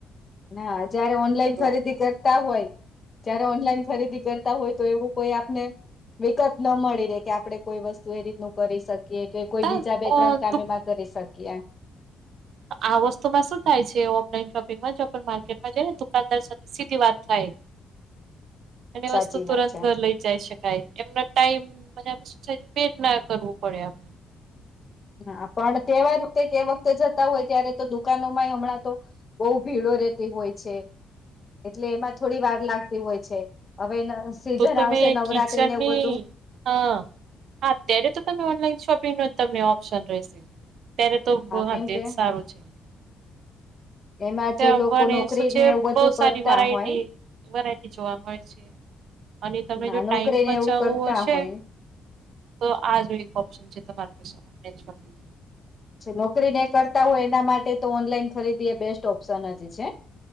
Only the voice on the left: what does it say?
હા. જયારે ઓનલાઈન ખરીદી
કરતા હોય જયારે ઓનલાઈન ખરીદી કરતા હોય તો એવું કોઈ આપને વિગત ન મળી રહેે કે આપડે કોઈ વસ્તુ એ રીતનું કરી શકીએ કે કોઈ
બીજા બે
ત્રણ કામ
એમાં કરી શકીએ.
<inaudible>
વાત છે
હા. પણ તહેવાર કે તે વખતે જતા હોય ત્યારે તો દુકાનો માંઈ હમણાં તો બહુ ભીડો રહેતી હોય છે, એટલે એમાં થોડી વાર લાગતી હોય છે. હવે ન સીઝન
આવશે નવરાત્રીને
એવું બધું
કેમ
કે
એમાં
જે લોકો
નોકરીને
એવું
બધું
કરતા
હોય
હા
નોકરીને
એવું કરતા
હોય
જે નોકરી ને એ કરતા હોય એના માટે તો ઓનલાઈન ખરીદી એ બેસ્ટ ઓપ્શન જ છે.